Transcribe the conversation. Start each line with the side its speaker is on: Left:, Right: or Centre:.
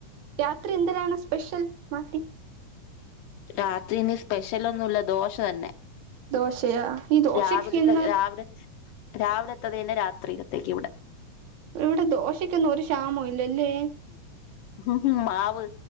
Right: രാത്രി എന്തിരാണ് സ്പെഷ്യൽ മാട്ടി
Left: രാത്രി ഇനി സ്പെഷ്യലൊന്നുല്ല ദോശ തന്നെ
Right: ദോശയാ ഈ ദോശക്ക്
Left: രാവിലത്തെ
Right: ഇന്ന്
Left: രാവിലെ രാവിലെത്തത് തന്നെ രാത്രിയിലത്തേക്ക് ഇവിടെ
Right: ഇവിടെ ദോശക്കൊന്നും ഒരു ക്ഷാമവും ഇല്ലല്ലേ
Left: ഹും ഹും മാവ്